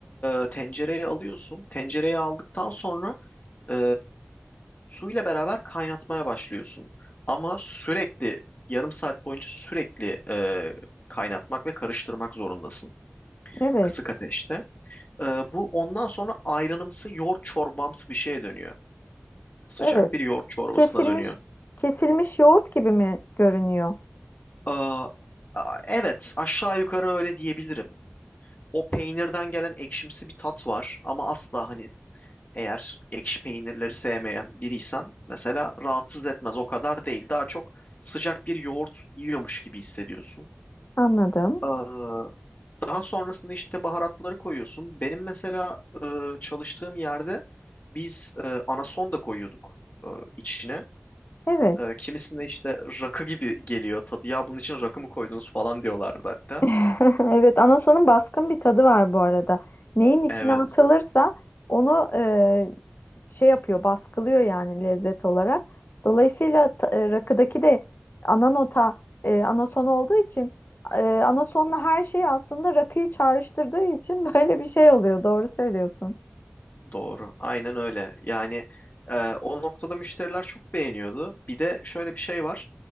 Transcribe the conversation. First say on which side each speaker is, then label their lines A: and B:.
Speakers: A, on the left; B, on the left.
A: e, tencereye alıyorsun. Tencereye aldıktan sonra e, suyla beraber kaynatmaya başlıyorsun. Ama sürekli yarım saat boyunca sürekli e, kaynatmak ve karıştırmak zorundasın
B: Evet.
A: kısık ateşte. E, bu ondan sonra ayranımsı yoğurt çorbamsı bir şeye dönüyor. Sıcak
B: Evet.
A: bir yoğurt çorbasına
B: Kesilmiş
A: dönüyor.
B: kesilmiş yoğurt gibi mi görünüyor?
A: Aa, a- evet, aşağı yukarı öyle diyebilirim. O peynirden gelen ekşimsi bir tat var ama asla hani eğer ekşi peynirleri sevmeyen biriysen mesela rahatsız etmez. O kadar değil. Daha çok sıcak bir yoğurt yiyormuş gibi hissediyorsun.
B: Anladım.
A: Aa, daha sonrasında işte baharatları koyuyorsun. Benim mesela e, çalıştığım yerde biz e, anason da koyuyorduk e, içine.
B: Evet.
A: E, kimisinde işte rakı gibi geliyor tadı. Ya bunun için rakı mı koydunuz falan diyorlardı hatta.
B: <laughs> Evet, anasonun baskın bir tadı var bu arada. Neyin içine
A: Evet,
B: atılırsa onu e, şey yapıyor, baskılıyor yani lezzet olarak. Dolayısıyla ta- e, rakıdaki de ana nota e, anason olduğu için e, anasonla her şey aslında rakıyı çağrıştırdığı için <laughs> böyle bir şey oluyor. Doğru söylüyorsun.
A: doğru. Aynen öyle. Yani e, o noktada müşteriler çok beğeniyordu. Bir de şöyle bir şey var.